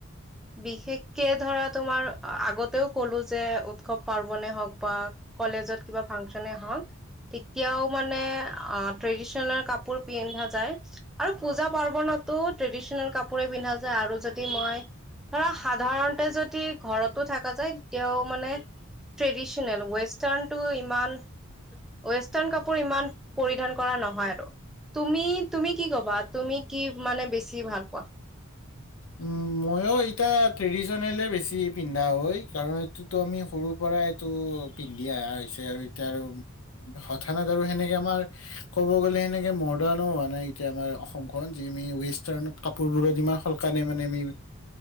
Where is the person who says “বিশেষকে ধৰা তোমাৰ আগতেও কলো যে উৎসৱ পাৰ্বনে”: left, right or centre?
Centre